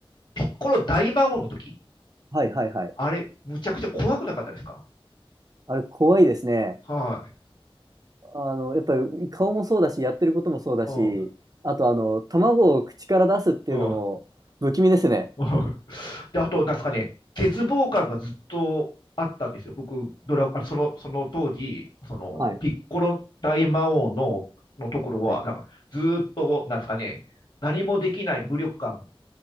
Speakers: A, on the left; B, on the right.
A: ピッコロ大魔王の時、
B: はい、はい、はい。
A: あれ、むちゃくちゃ怖くなかったですか
B: あれ、怖いですね。
A: はい。
B: あの、やっぱり顔もそうだし、やってることもそうだし、
A: うん、
B: あと、あの、卵を口から出すっていうのも不気味ですね。
A: うん。うんで、あと、なんですかね、絶望感がずっとあったんですよ。僕、ドラ、あその、その当時、その、
B: はい、
A: ピッコロ大魔王の、のところは、
B: はい。
A: なんか、ずっと、なんですかね、何もできない無力感